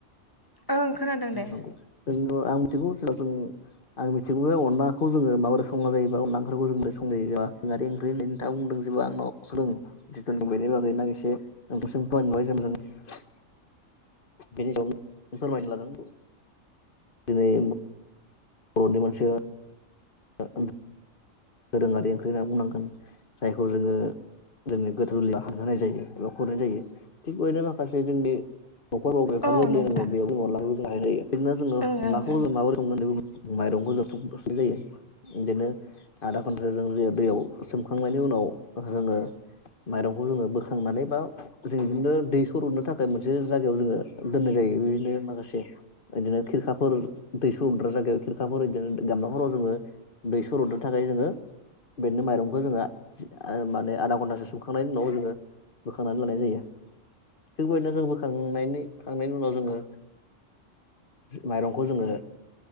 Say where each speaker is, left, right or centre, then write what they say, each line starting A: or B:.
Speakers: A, on the left; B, on the left.
A: ओं खोनादों दे
B: नोंगौ आं मिथिगौ जों आं मिथिगौ बे अनला खौ जोङो माबोरै संना जायोबा अनला ओंख्रिखौ <unintelligible> बुंदों जेबो आंनाव जिथु बेनि बागै नो एसे <unintelligible> बेनि सायाव फोरमायनो लादों दिनै बर'नि मोनसे <inaudible> दोरोङारि ओंख्रि होननानै बुंनांगोन जायखौ जोङो जोंनि गोथार जुलियाव हानहोनाय जायो एबा खुरनाय जायो थिग बेदिनो माखासे जोंनि नखरावबो ओंखाम
A: औ
B: गोरलै
A: नंगौ
B: दङ
A: दा
B: बेयाव जों अनलाखौ जों बानायनाय जायो बिदिनो जों
A: ओं
B: अनलाखौ
A: ओं ओं
B: जों माबोरै संगोन माइरंखौ जथ' जसे जायो बिदिनो आधा घन्टासो जों जे दैयाव सोमखांनायनि उनाव जोङो माइरंखौ जोङो बोखांनानै बा। जों बिदिनो दै सर'नो थाखाय मोनसे जायगायाव जोङो दोननाय जायो बिदिनो माखासे। बिदिनो खिरखाफोर दै सर उद्रा जागायाव खिरखाफोर बिदिनो गामलाफोराव जोङो दै सरदो। थाखाय जोङो बेदिनो माइरंखौ जोङो माने आधा घन्टासो सुखांनायनि उनाव जोङो। बोखांनानै लानाय जायो थिग बेबायदिनो जों बोखांनायनि खांनायनि उनाव जोङो। माइरंखौ जोङो